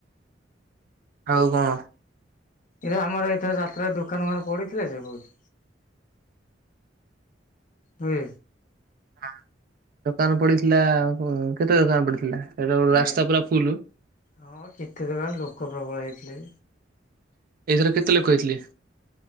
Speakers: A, on the right; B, on the left.
A: ଆଉ କଣ?
B: ଏ ଆମର ଏଥର ଯାତ୍ରରେ ଦୋକାନ ଫୋକାନ ପଡିଥିଲେ ଯେ ବହୁତ। ହୁଁ।
A: ହଁ ଦୋକାନ ପଡିଥିଲା କେତେ ଦୋକାନ ପଡିଥିଲା ସେଟା ରାସ୍ତା
B: ଏ
A: ପୁରା ଫୁଲ।
B: ହଁ କେତେ ଦୋକନ ଲୋକ ପ୍ରବଳ ହେଇଥିଲେ।
A: ଏଇଥର କେତେ ଲୋକ ହେଇଥିଲେ?